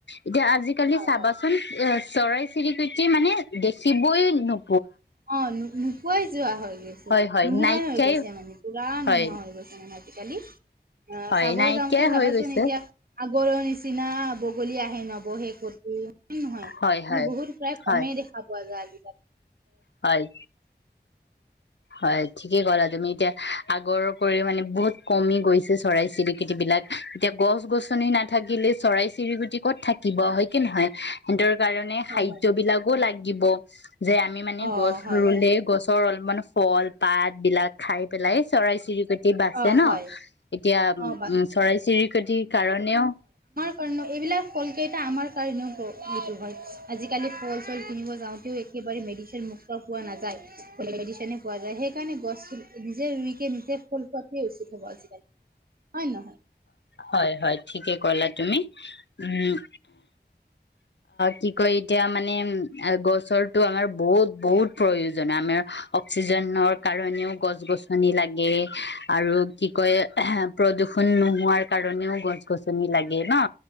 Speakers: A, on the left; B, on the right.
A: এতিয়া আজিকালি
B: হয়
A: চাবাচোন
B: হয়
A: এ চৰাই চিৰিকৃটি মানে দেখিবই ন
B: অ ন নোপোৱাই যোৱা হৈ গৈছে
A: হয় হয়
B: নোহোৱাই
A: নাইকিয়াই
B: হৈ গৈছে মানে পা
A: হয়
B: নোহোৱা হৈ গৈছে মানে আজিকালি অ
A: হয়
B: চাব
A: নাইকিয়াই
B: যাওঁতে চাবাচোন
A: হৈ গৈছে
B: এতিয়া আগৰৰ নিচিনা বগলী আহে নবহে কত নহয়
A: হয়
B: ম
A: হয়
B: বহুত প্ৰায়
A: হয়
B: কমেই দেখা পোৱা যায় আৰু আ
A: হয় হয় ঠিকে ক'লা তুমি এতিয়া আগৰ কৰি মানে বহুত কমি গৈছে চৰাই চিৰিকিটি বিলাক এতিয়া গছ গছনি নাথাকিলে চৰাই চিৰিকুটি ক'ত থাকি কিব হয় কিে নহয় সিহতৰ কাৰণে
B: হয়
A: খাদ্য
B: হয়
A: বিলাকো লাগ াগিব যে আমি মানে
B: অ
A: গছ
B: হয়
A: ৰুলে গছৰল মানে <unintelligible> ফল পাত বিলাক, খাই পেলাই, চৰাই চিৰিকটি বাচে
B: অ
A: ন'
B: হয়
A: এতিয়া,
B: অ বা
A: উম চৰাই চিৰিকটিৰ কাৰণেও,
B: কাৰ এইবিলাক ফল কেইটা আমাৰ কাৰণেওতু হয়। আজিকালি ফল চল কিনিব যাওঁতেও একেবাৰে মেডিচিন মুক্ত পোৱা নাযায়, মেডিচনে পোৱা যায়, সেইকাৰণে গছ নিজে ৰুইকে <unintelligible> নিজে ফল পোৱাটোৱে উচিত হ'ব আজিকালি। হয় নহয়,
A: হয়, হয় ঠিকে ক'লা তুমি, উম', কি কয় এতিয়া মানে গছৰটো আমাৰ বহুত, বহুত প্ৰয়োজন আমাৰ অক্সিজেনৰ কাৰণেও গছ গছনি লাগে আৰু কি কয়, প্ৰদূষ নোহোৱাৰ কাৰণেও গছ গছনি লাগে ন'।